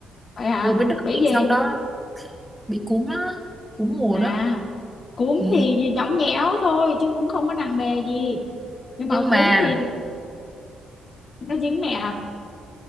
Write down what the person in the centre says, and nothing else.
vừa mới được
dịch
xong đó bị cúm á cúm mùa
đó
ừ.
nhưng
mà